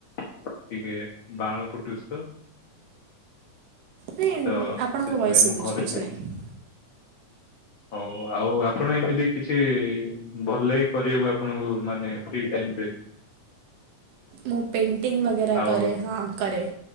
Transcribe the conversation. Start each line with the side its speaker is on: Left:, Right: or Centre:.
Left: ଟିକେ ବାଣ ଫୁଟୁଛି ତ
Right: ନାଇ
Left: ତ
Right: ଆପଣଙ୍କ
Left: ସେଥିପାଇଁ
Right: ବୟସେ ଶୁଭୁଚି
Left: ମୁଁ ଘରେ
Right: କିଛି ନାହିଁ
Left: ହଉ ଆଉ ଆପଣ ଏମିତି କିଛି ଭଲ ଲାଗେ କରିବାକୁ ଆପଣଙ୍କୁ ମାନେ ଫ୍ରି ଟାଇମରେ
Right: ମୁଁ ପେଣ୍ଟିିଂ ବଗେରା
Left: ଆଉ
Right: କରେ ହଁ କରେ